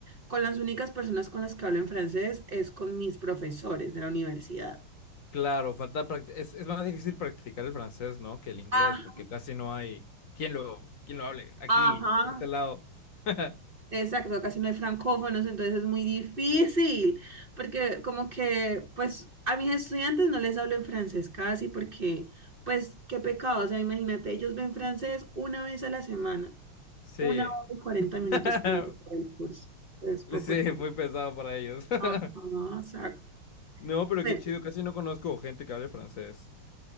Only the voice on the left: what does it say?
Claro, falta práct- es, es más difícil practicar el francés, ¿no? Que el inglés,
porque casi no hay quien lo, quien lo hable aquí,
de este lado. <laughs>
Sí.
<laughs>
Sí,
muy pesado para ellos. <laughs>
No, pero
qué chido, casi no conozco gente que hable francés.